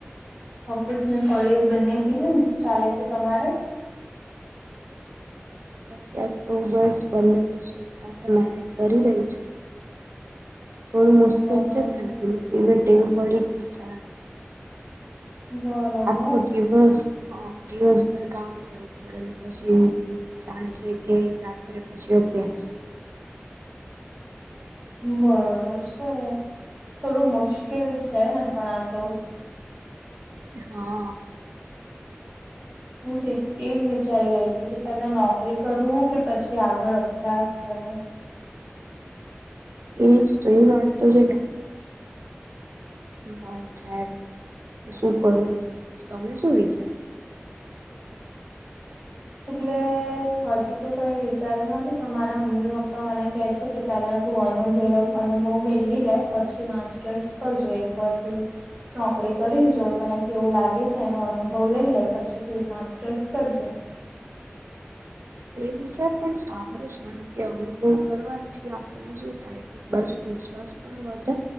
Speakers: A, on the right (about 35°); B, on the right (about 70°).
A: ઓફિસ ને કોલેજ બંને કેવુ ચાલે છે તમારે
B: અત્યારે તો બસ બંને વસ્તુ એક સાથે મેનેજ કરી રહી છું. થોડું મુશ્કેલ
A: બરોબર
B: છે પણ ધીમે ધીમે ટેવ પડી ગઈ છે.
A: બરોબર.
B: આખો દિવસ હ દિવસ પર કામ કર પડેલ પછી સાંજે કે રાત્રે પછી અભ્યાસ
A: બરોબર છે, થોડું મુશ્કેલ છે ને પણ આ તો
B: હ.
A: હું એજ વિચારી રહી હતી કે પેલા નોકરી કરું કે પછી આગળ અભ્યાસ કરું
B: એ તો એ વાત તો છે કે હોય છે. કે શું કરવું જોઈએ તમે શું વિચાર્યું?
A: એટલે હજી તો કઈ વિચાર્યું નથી, પણ મારા મમ્મી પપ્પા મને કે છે કે ત તું અનુભ અનુભવ મેળવી લે પછી માસ્ટર્સ કરજો એક વાર ત નોકરી કરી જો તણ કે એવું લાગે છે એનો અનુભવ લઈ લે પછી તું એક માસ્ટર્સ કરજે.
B: એ વિચાર પણ સારો છે, એમ કે અનુભવ કરવાથી આપણને શું થાય? એક બાજુ વિશ્વાસ પણ વધે